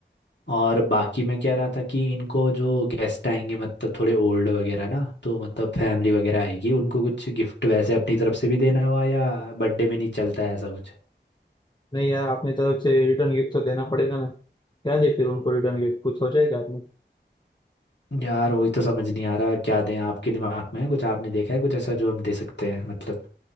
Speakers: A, on the left (about 70°); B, on the left (about 25°).
A: और बाकी मैं कह रहा था कि इनको जो गेस्ट आएंगे मतलब थोड़े ओल्ड वगैरह ना तो मतलब फैमिली वगैरह आएगी उनको कुछ गिफ्ट वैसे अपनी तरफ से भी देना हुआ या बर्थडे में नहीं चलता है ऐसा कुछ
B: नहीं यार अपनी तरफ से रिटर्न गिफ्ट तो देना पड़ेगा ना क्या दे फिर उनको रिटर्न गिफ्ट कुछ हो जाएगा आपने
A: यार वही तो समझ नहीं आ रहा क्या दें आपके दिमाग में है कुछ आपने देखा है कुछ ऐसा जो हम दे सकते हैं मतलब